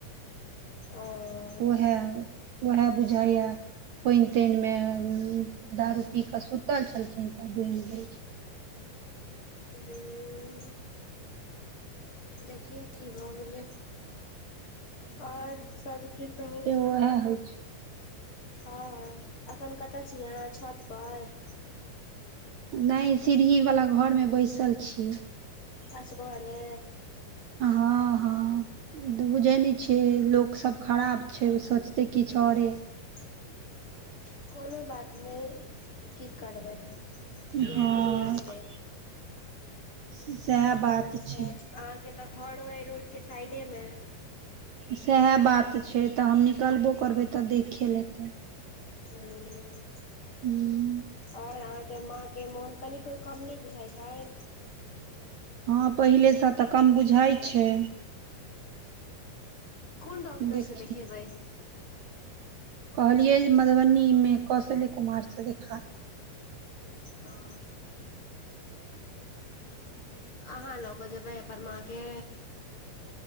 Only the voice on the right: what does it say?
ओहै, ओहै बुझायै! पानि-तानिमे उ दारू पी कऽ सुतल छलखिन तऽ डूमि गेलखिन
वैहा, होइ छै
नहि, सीढ़ी वाला घरमे बैसल छी
हँ, हँ तु बुझै नहि छिही, लोकसभ खराब छै ओ सोचतै किछ आओरे
हँ
सएह बात
छै
सैहे बात छै, तॅं हम निकलबो करबै तऽ देखे लेत
हूँ
हँ पहिलेसँ तऽ कम बुझाइ छै।
देखियौ
कहलियै मधुबनीमे कशलै कुमारसँ देखा लेब